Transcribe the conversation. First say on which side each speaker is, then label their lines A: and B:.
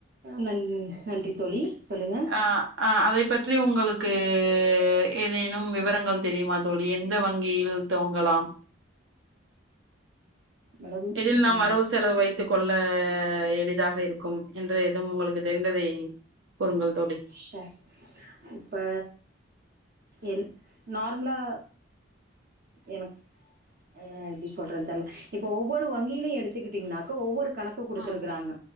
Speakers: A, on the right (about 50°); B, on the right (about 80°).
A: நன் நன்றி தோழி சொல்லுங்க
B: ஆ ஆ அதை பற்றி உங்களுக் க்கு ஏதேனும் விவரங்கள் தெரியுமா தோழி எந்த வங்கியில் துவங்கலாம்
A: மேடம்
B: இதில் நாம்
A: ஆ
B: வரவு செலவு வைத்து கொள்ள எளிதாக இ ருக்கும் என்று எதும் உங்களுக்கு தெரிந்ததை கூறுங்கள்த்
A: சார் இப்ப இல் நார்மலா எனக் ஆ எப்பிடி சொல்றது தெர்ல இப்ப ஒவ்வொரு வங்கியிலு எடுத்துக்கிட்டீங்கன்னா ஒவ்வொரு கணக்கு குடுத்திருக்கிறாங்க
B: ம்